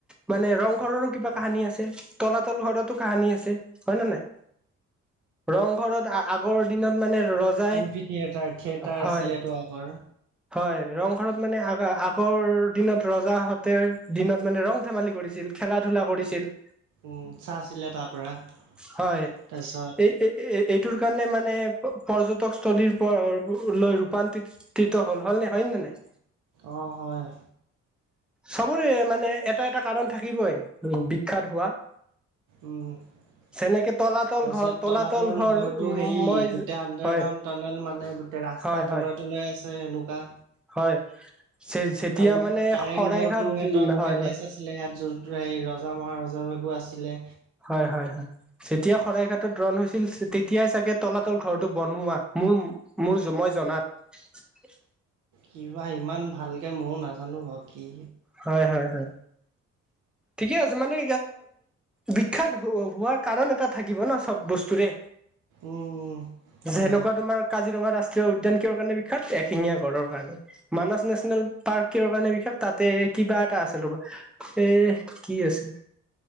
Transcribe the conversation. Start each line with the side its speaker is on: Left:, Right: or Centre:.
Centre: মানে ৰং ঘৰৰো কিবা কাহানী আছে, তলাতল ঘৰতো কাহানী আছে। হয় নে নাই। ৰংঘৰত আগৰ দিনত মানে ৰজাই
Right: এম পি থিয়েটাৰ, থিয়েটাৰ
Centre: হয়।
Right: আছিলেতো আগৰ।
Centre: হয়, ৰংঘৰত মানে আ-আগৰ দিনত ৰজাহঁতে দিনত মানে ৰং ধেমালি কৰিছিল। খেলা ধূলা কৰিছিল।
Right: উম, চাইছিলে তাৰ পৰা। তাৰপিছত
Centre: হয় এই এইটোৰ কাৰণে মানে পৰ্যটকস্থথলীৰ পৰ লৈ ৰূপান্তৰি তিত হ'ল। হ'ল নে হয় নে নাই?
Right: অ', হয়।
Centre: চবৰে মানে এটা এটা কাৰণ থাকিবই বিখ্যাত হোৱা।
Right: উম। তাৰপিছত
Centre: যেনেকে তলাতল ঘৰ
Right: তলাতল
Centre: ঘৰ
Right: ঘৰটো হেৰি
Centre: মই
Right: গোটেই আণ্ডাৰ
Centre: হয়
Right: গ্ৰাউণ্ড টানেল মানে গোটেই ৰাস্তা
Centre: হয় হয়
Right: তলে তলে আছে এনেকুৱা।
Centre: হয়। যেতিয়া
Right: আৰু
Centre: মানে
Right: কাৰেং
Centre: শৰাইঘাট
Right: ঘৰটো সিহঁতৰ
Centre: হয়
Right: পেলেচ
Centre: হয়
Right: আছিলে ৰাজ্যৰ। হেৰি ৰজা মহাৰজ সেবোৰ আছিলে।
Centre: হয় হয় হয় যেতিয়া শৰাইঘাটত ৰণ হৈছিল তেতিয়াই চাগে তলাতল ঘৰটো বনোৱা। মোৰ মোৰ মই জনাত।
Right: কিবা ইমান ভালকে মইয়ো নাজানো বাৰু কি।
Centre: হয় হয় হয়। ঠিকে আছে, মানে বিখ্যাত হোৱাৰ কাৰণ এটা থাকিব ন চব বস্তুৰে।
Right: উম
Centre: যেনেকুৱা
Right: হয়।
Centre: তোমাৰ কাজিৰঙা ৰাষ্ট্ৰীয় উদ্যান কিহৰ কাৰণে বিখ্যাত? এশিঙীয়া গঁড়ৰ কাৰণে, মানছ নেচনেল পাৰ্ক কিহৰ কাৰণে বিখ্যাত? তাতে কিবা এটা আছিল ৰ'বা এহ কি আছিলে